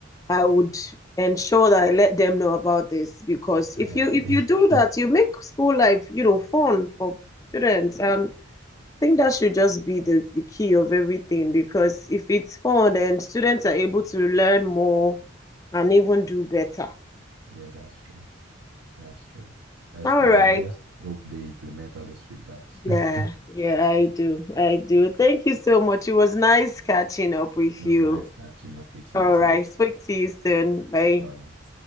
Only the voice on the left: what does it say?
I would ensure that I let them know about this because if
you if you
do that, you make school life, you know, fun for students. And I think that should just be the, the key of everything because if it's fun, then students are able to learn more and even do better.
All
right.
Yeah,
yeah, I do. I do. Thank you so much. It was nice catching up with
you.
All
right. Speak to you soon. Bye.